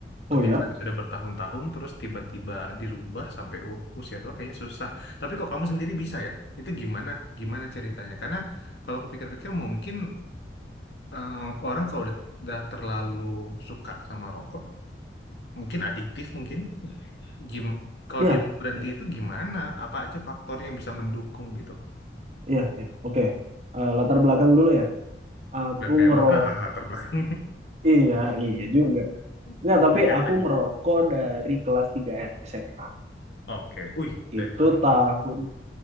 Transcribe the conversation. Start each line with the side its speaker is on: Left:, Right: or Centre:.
Right: Oh
Left: kebiasaan
Right: ya?
Left: sudah bertahun-tahun terus tiba-tiba dirubah sampai u- usia tua kayaknya susah. Tapi kok kamu sendiri bisa ya? Itu gimana gimana ceritanya? Karena kalau kepikir-pikir mungkin eh, orang kalau udah, udah terlalu suka sama rokok, mungkin adiktif mungkin Gim kalau
Right: Ya,
Left: dia berhenti
Right: ya,
Left: itu gimana? Apa aja faktor yang bisa mendukung gitu?
Right: ya, ya. Oke. Eh, latar belakang dulu ya. Aku
Left: Udah kayak
Right: ngerok.
Left: makalah latar belakang.
Right: Iya, iya juga. Nggak,
Left: <laughs>
Right: tapi
Left: Udah kayak
Right: aku
Left: lanjut.
Right: merokok dari kelas 3 SMA.
Left: Oke. Wih, dari
Right: Itu
Left: lama.
Right: tahun
Left: ya?